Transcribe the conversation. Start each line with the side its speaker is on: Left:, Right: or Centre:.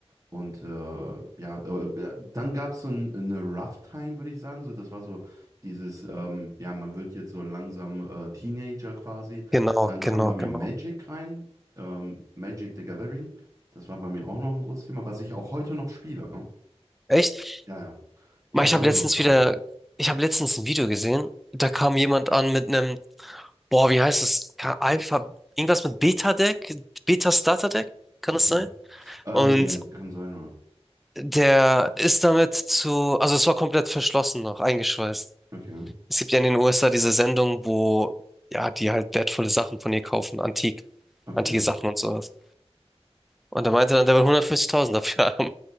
Right: Und äh, ja, äh, äh, dann gab es so ein, eine Rough Time, würde ich sagen. So, das war so dieses, ähm, ja, man wird jetzt so langsam äh, Teenager quasi.
Centre: Genau,
Right: Dann
Centre: genau,
Right: kam bei mir
Centre: genau.
Right: Magic rein, ähm, Magic the Gathering. Das war bei mir auch noch ein großes Thema, was ich auch heute noch spiele, ne?
Centre: Echt?
Right: Ja, ja. Ich
Centre: Ma, Ich
Right: habe
Centre: habe
Right: immer
Centre: letztens
Right: noch Karten.
Centre: wieder, ich habe letztens ein Video gesehen, da kam jemand an mit einem, boah, wie heißt es? Ka- Alpha, irgendwas mit Beta-Deck, Beta-Starter-Deck, kann
Right: Okay.
Centre: das sein?
Right: Ähm,
Centre: Und
Right: ja, kann sein, ja.
Centre: der ist damit zu, also es war komplett verschlossen noch, eingeschweißt.
Right: Okay,
Centre: Es gibt ja in den USA diese Sendung, wo, ja, die halt wertvolle Sachen von ihr kaufen, antik,
Right: okay.
Centre: antike Sachen und sowas. Und da meinte dann, der will hundertfünfzigtausend dafür <laughs> haben.